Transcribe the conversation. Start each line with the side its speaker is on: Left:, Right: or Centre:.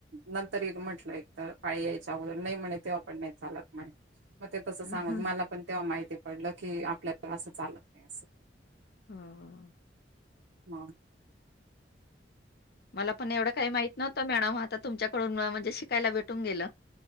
Right: नंतर एक म्हटलं एक तर काळी यायच्या अगोदर नाही म्हणे तेव्हा पण नाही चालत म्हणे मग ते तसं सांगून
Left: हं, हं.
Right: मला पण तेव्हा माहिती पडलं की आपल्याला असं चालत नाही अस
Left: होम
Right: हां
Left: मला पण एवढं काही माहित नव्हतं मॅडम आता तुमच्याकडून म्हणजे शिकायला भेटून गेलं